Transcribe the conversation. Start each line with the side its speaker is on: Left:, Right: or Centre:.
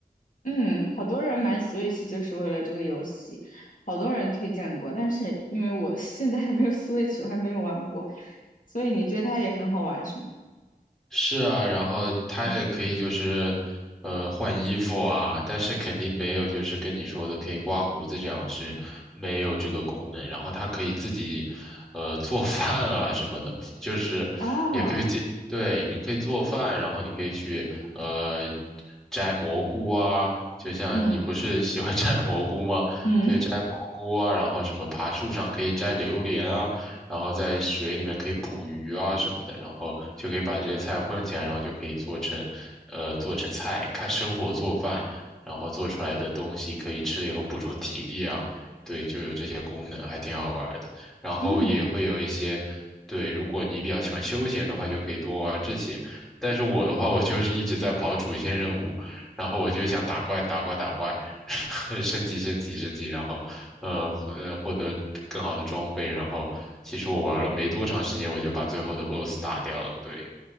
Left: 嗯，好多人买 Switch 就是为了这个游戏，好多人推荐过，但是因为我 <laughs> 现在还没有 Switch，我还没有玩过，所以你觉得它也很好玩是吗？
Centre: 是啊，然后它也可以就是，
Left: 嗯，
Centre: 呃，换衣服啊，但是肯定没有就是跟你说的可以刮胡子这样是没有这个功能。然后它可以自己，呃，做 <laughs> 饭啊什么的，就是也可以自己，
Left: 哦，
Centre: 对，你可以做饭，然后你可以去呃摘蘑菇啊，就像你不是喜欢
Left: 嗯
Centre: <laughs> 摘蘑菇吗？
Left: 嗯
Centre: 就摘蘑菇啊，然后什么爬树上可以摘榴莲啊。然后在水里面可以捕鱼啊什么的，然后就可以把这些菜混起来，然后就可以做成，呃，做成菜，看生火做饭，然后做出来的东西可以吃了以后补充体力啊，对，就有这些功能，还挺好玩的。然后也会有一些，
Left: 嗯
Centre: 对，如果你比较喜欢休闲的话，就可以多玩这些。但是我的话，我就是一直在跑主线任务，然后我就想打怪打怪打怪，<laughs> 升级升级升级，然后呃呃获得更好的装备，然后其实我玩了没多长时间，我就把最后的 BOSS 打掉了。对，